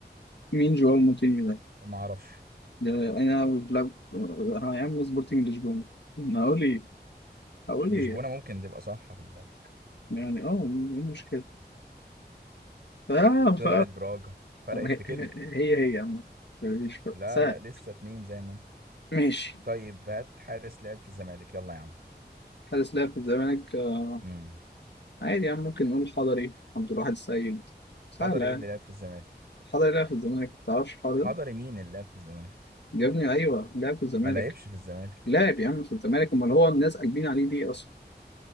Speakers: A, on the left; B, on the right.
A: مين جواو موتينيو ده
B: ما اعرفش
A: ده انا بلعب آه، يا عم سبورتنج لشبونه هقول ايه هقول
B: لشبونة
A: ايه
B: ممكن تبقى صح خد بالك
A: يعني اه ايه المشكلة اه
B: طلعت
A: ف
B: براجا فرقت
A: هي
B: في كلمة
A: هي هي عامة مفيش فرق
B: لا
A: سهل
B: لا لسه اتنين زي ما انت
A: ماشي
B: طيب هات حارس لعب في الزمالك يلا يا عم
A: حارس لعب في الزمالك آه،
B: امم
A: عادي يا عم ممكن نقول حضري عبد الواحد السيد سهلة
B: حضري
A: يعني
B: ايه اللي لعب في الزمالك
A: حضري لعب في الزمالك متعرفش الحوار
B: حضري
A: ده
B: مين اللي لعب في الزمالك
A: يا ابني ايوه لعب في الزمالك
B: ما لعبش في الزمالك
A: لاعب يا عم في الزمالك امال هو الناس قلبين عليه ليه اصلا